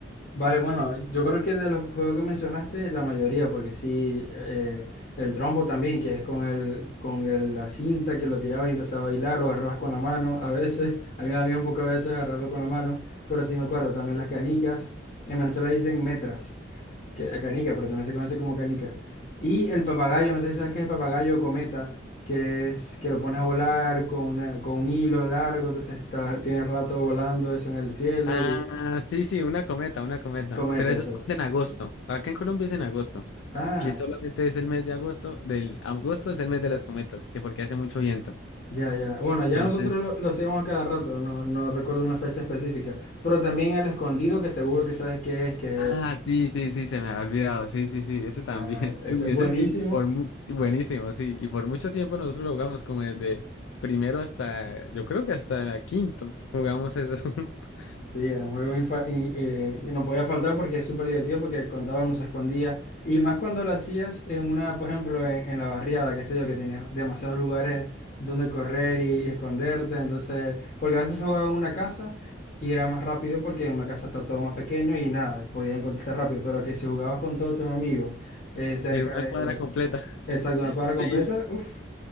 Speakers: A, on the left; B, on the left.
A: Vale, bueno, yo creo que de los juegos que mencionaste, la mayoría, porque sí, eh, el trompo también, que es con el, con el- la cinta que lo tirabas y empezaba a bailar, lo agarrabas con la mano, a veces, <laughs> a mí me da miedo un poco a veces agarrarlo con la mano, pero sí me acuerdo, también las canicas, en Venezuela dicen metras, que, eh, canica, pero también se conoce como canica. Y el papagayo, no sé si sabes qué es el papagayo o cometa, que es que lo pones a volar con, una- con un hilo largo, entonces está, tienes rato volando eso en el cielo
B: Ah,
A: y
B: sí, sí, una cometa, una cometa.
A: cometa,
B: Pero eso es más en agosto. Acá en Colombia es en agosto,
A: Ah,
B: que solamente es el mes de agosto, del agosto es el mes de las cometas, que porque hace mucho viento.
A: ya, ya. Bueno,
B: Entonces,
A: ya nosotros lo, lo hacíamos a cada rato, no, no recuerdo una fecha específica, pero también el escondido, que seguro que sabes qué es, que,
B: Ah, sí, sí, sí, se me había olvidado. Sí, sí, sí, ese también.
A: claro, ese
B: <laughs> Uy,
A: es
B: ese
A: buenísimo.
B: sí, por mu- buenísimo, sí. Y por mucho tiempo nosotros lo jugamos como desde primero hasta, yo creo que hasta quinto, jugamos eso <laughs>
A: Sí, era un juego infa- y, eh, y no podía faltar porque es súper divertido porque contaba uno se escondía. Y más cuando lo hacías en una, por ejemplo, en, en la barriada, qué sé yo, que tenías demasiados lugares donde correr y, y esconderte. Entonces, porque a veces se jugaba en una casa y era más rápido porque en una casa está todo más pequeño y nada, podías encontrarte rápido. Pero que si jugabas con todos tus amigos eh, cerca
B: en una
A: de,
B: cuadra completa. <laughs>
A: exacto, una cuadra completa,
B: Sí.
A: uff,